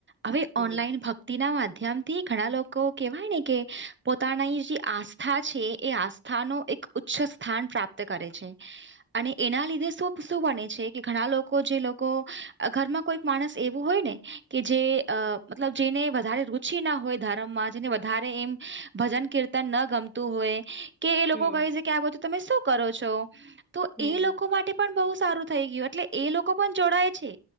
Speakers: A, on the right; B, in the centre.
A: અવે
B: હમ
A: ઓનલાઈન ભક્ શતિ ના માધ્યમ થી ઘણા લોકો કેહેવાય ને કે પોતાની જે આસ્થા છે એ આસ્થા સ્થાનો એક ઉચ્ચ સ્થાન પ્રાપ્ત કરે છે અને એના લીધે શું શું બને છે કે ઘણા લોકો જે લોકો ઘરમાં કોઈ માણસ એવું હોય ને કે જે મતલબ જેને વધારે રુચિ ના હોય ધર્મમાં જેને વધારે એમ ભજન કીર્ ન ગમતું હોય કે એ લોકો
B: હમ
A: કહે છે કે આ બધું તમે શું કરો છો તો
B: હમ
A: એ લોકો માટે પણ બ સારું થઈ ગયું એટલે એ લોકો પણ જોડાય છે